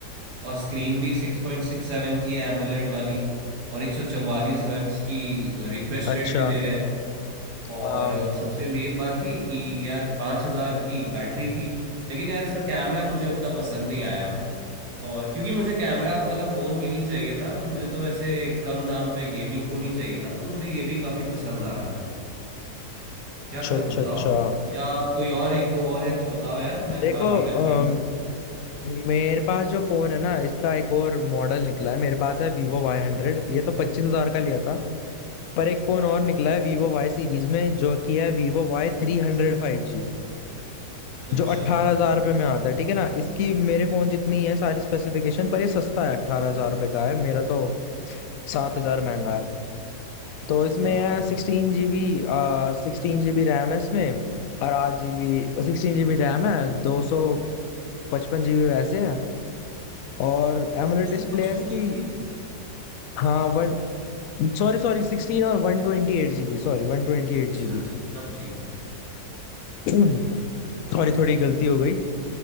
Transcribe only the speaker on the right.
और स्क्रीन भी सिक्स पॉइंट सिक्स सेवन की एमोलेड वाली और एक सौ चौवालीस हर्ट्ज की रिफ्रेश रेट
भी दे रहे हैं और
अ, सबसे मेन बात थी कि यार पाँच हजार की बैटरी थी लेकिन यार इसका कैमरा मुझे उतना पसंद नहीं आया और क्योंकि मुझे कैमरा वाला फ़ोन भी नहीं चाहिए था मुझे तो ऐसे कम दाम पे गेमिंग फ़ोन ही चाहिए था तो मुझे ये भी काफ़ी पसंद आ रहा था क्या
करूं
बताओ
या कोई और एक दो और है तो बताओ यार मैं
काफ़ी कंफ्यूज
हूँ
अच्छा
सात
दो
सौ पचपन
जीबी
अच्छा
अच्छा तब ठीक है